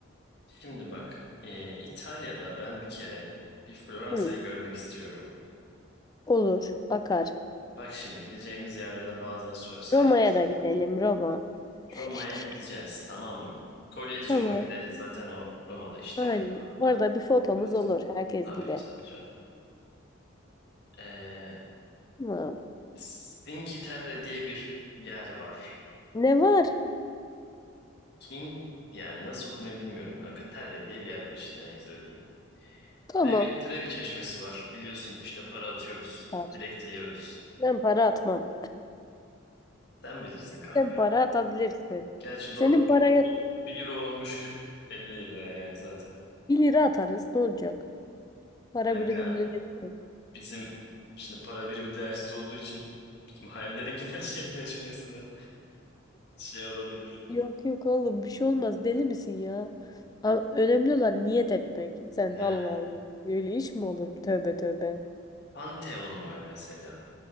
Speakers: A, on the left; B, on the left.
A: Şimdi bak. e, İtalya'da ben bir kere bir Floransa'yı
B: Hı,
A: görmek istiyorum.
B: olur, akar.
A: Bak şimdi gideceğimiz yerlerden bazılarını sö- sayacağım
B: Roma'ya
A: sana.
B: da gidelim, Roma. <laughs>
A: Roma'ya gideceğiz tamam mı? Kolezyum'a
B: Tamam.
A: gideriz. Zaten o Roma'da işte
B: Aynen.
A: yani.
B: Orada
A: An-
B: bir fotomuz
A: Kolezyum.
B: olur herkes
A: Tabii
B: gibi.
A: tabii canım. Ee,
B: Tamam.
A: Cinque Terre diye bir yer var.
B: Ne var?
A: King yani nasıl okunuyor bilmiyorum kanka. Terre diye bir yer var işte neyse öyle diyeyim.
B: Tamam.
A: Trevi, Trevi Çeşmesi var. Biliyorsun işte para atıyoruz.
B: Var.
A: Dilek diliyoruz.
B: Ben para atmam.
A: Sen bilirsin kanka.
B: Sen para atabilirsin.
A: Gerçi doğru.
B: Senin paraya
A: Bu bir euro olmuş kırk 50 lira yani zaten.
B: bir lira atarız. Ne olacak? Para
A: Kanka
B: biriminin önemi yok.
A: bizim şimdi para birimi değersiz olduğu için bizim hayallerin <laughs> gerçekleşmesine şey olabilir.
B: Yok yok oğlum bir şey olmaz deli misin ya? A- Önemli olan niyet etmek. Sen
A: He.
B: Allah Allah. Öyle iş mi olur? Tövbe tövbe.
A: Pantheon var mesela.